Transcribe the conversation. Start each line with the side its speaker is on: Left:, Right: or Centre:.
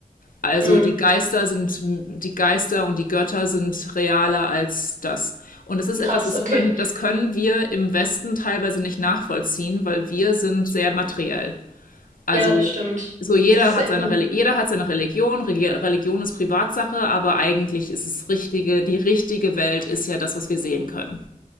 Left: Also
Right: mm,
Left: die Geister sind, die Geister und die Götter sind realer als das. Und das ist
Right: krass,
Left: etwas, das
Right: okay.
Left: können, das können wir im Westen teilweise nicht nachvollziehen, weil wir sind sehr materiell. Also
Right: Ja, das stimmt.
Left: so jeder
Right: Das ist
Left: hat
Right: echt
Left: seine
Right: ein,
Left: Reli jeder hat seine Religion, Reli- Religion ist Privatsache, aber eigentlich ist es richtige, die richtige Welt ist ja das, was wir sehen können.